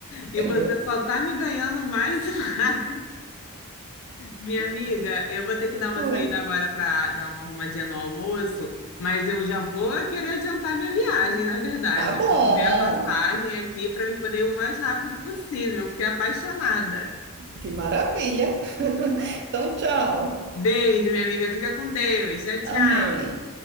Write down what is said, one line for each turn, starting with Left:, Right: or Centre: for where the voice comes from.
Right: entendeu?
Left: E você só tá me ganhando mais e mais. Minha amiga, eu vou ter que dar uma
Right: Oi.
Left: saída agora para dar uma arrumadinha no almoço, mas eu já vou querer adiantar minha viagem, na verdade.
Right: Tá bom.
Left: Vou ver a passagem aqui para me poder ir o mais rápido possível. Fiquei apaixonada.
Right: Que maravilha. Então, tchau.
Left: Beijo, minha amiga. Fica com Deus. Tchau, tchau.
Right: Amém.